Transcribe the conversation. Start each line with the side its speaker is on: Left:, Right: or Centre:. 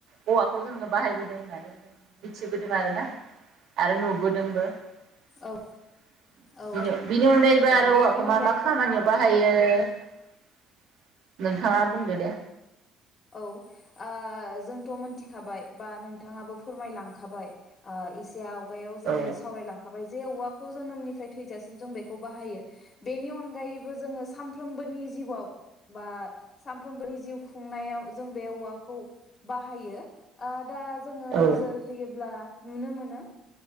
Right: औवाखौ जोङो बाहायबोदों होननानै जों मिथिबोदों आरोना, आरो नुबोदोंबो, <inaudible>
Left: औ औ
Right: बिनि अनगायैबो आरो
Left: बेनि
Right: औवाखौ
Left: अनगायैबो
Right: मा मा खामानियाव
Left: औ
Right: बाहायो? <inaudible> नोंथाङा बुंदो दे
Left: औ ओ जोंथ' मोनथिखाबाय बा नोंथाङाबो फोरमायलांखाबाय ओ एसेयाव खुगायाव जोङो
Right: औ
Left: सावरायलांखाबाय जे औवाखौ जोनोमनिफ्राय थैजासिम जों बेखौ बाहायो बेनि अनगायैबो जोङो सानफ्रोमबोनि जिउआव बा सानफ्रोमबोनि जिउ खुंनायाव, जों बे औवाखौ बाहायो ओ दा, जोङो
Right: औ
Left: नोजोर होयोब्ला नुनो मोनो